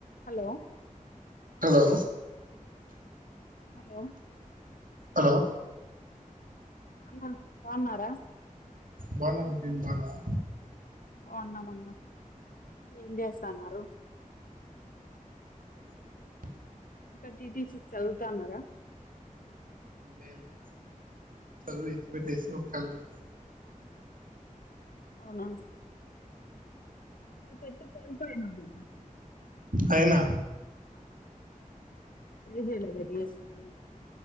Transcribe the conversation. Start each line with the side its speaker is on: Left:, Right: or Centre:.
Left: హలో
Right: హలో
Left: హలో
Right: హలో
Left: అన్న బాగున్నారా
Right: బాగున్నా బుజ్జి ను బాగున్నావా
Left: బాగున్నాం అన్నా ఏం చేస్త న్నారు?
Right: ఉ
Left: గడ్డి దీసి చదువుతాన్నారా?
Right: లేదు లే చదువు విడిచిపెట్టేసి ఒక కళ మ
Left: అవునా ను పెట్టు తల పై నాది
Right: అయినా
Left: మరే చే లేదా డియస్పి కి